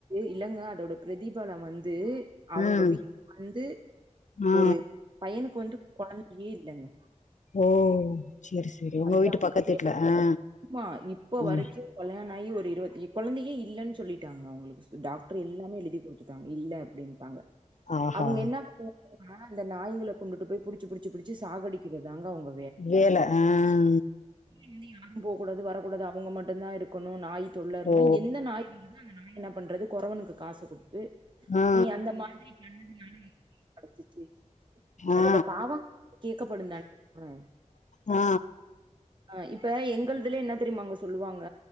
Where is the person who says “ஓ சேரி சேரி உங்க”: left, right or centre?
Left